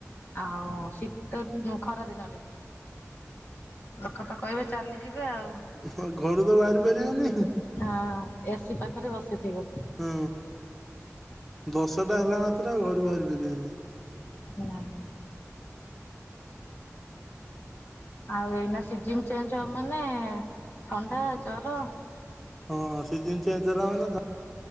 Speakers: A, on the left; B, in the centre.
A: ଆଉ ଶୀ ତ ଉଁ ଖରା ଦିନରେ ଲୋକ ତ କହିବେ ଚାଲିଯିବେ ଆଉ।
B: ହ ଘରୁ ତ ବାହାରି ପାରିବେନି।
A: ହଁ ଏସି ପାଖରେ ବସିଥିବ।
B: ହଁ ଦଶଟା ହେଲା ମାତ୍ରେ ଆଉ ଘରୁ ବାହାରି ପାରିବାନି।
A: ନାଇଁ ଆଉ ଏଇନା ସିଜନ ଚେଞ୍ଜ ହବ ମାନେ ଥଣ୍ଡା ଜର।
B: ହଁ ସିଜିନ ଚେଞ୍ଜ ହେଲା ମାନେ ଥ